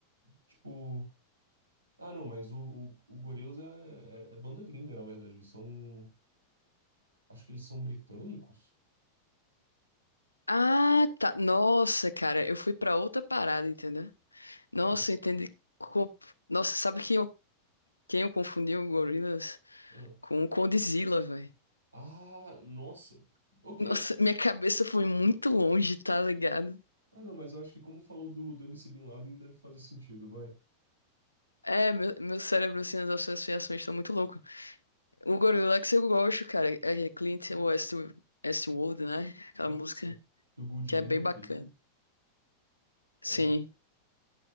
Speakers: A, on the right (about 75°); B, on the left (about 85°).
A: Tipo. Ah, não, mas o, o, o Gorillaz é, é, é banda gringa, na verdade. Eles são. Acho que eles são britânicos?
B: Ah, tá. Nossa, cara, eu fui pra outra parada, entendeu? Nossa,
A: Ah,
B: eu entendi. co- Nossa, sabe quem eu, quem eu confundi o Gorillaz
A: ah.
B: com o Condzilla, velho?
A: Ah, nossa. Ok.
B: Nossa, minha cabeça foi muito longe, tá ligado?
A: Ah, não, mas eu acho que como falou do, do MC Bin Laden, deve fazer sentido, vai.
B: É, meu, meu cérebro, assim, as associações estão muito louco. O Gorillaz eu gosto, cara. É é Clint West, Westworld, né? Aquela
A: Isso.
B: música
A: Do Good
B: que
A: Inc.
B: é bem bacana.
A: É.
B: Sim,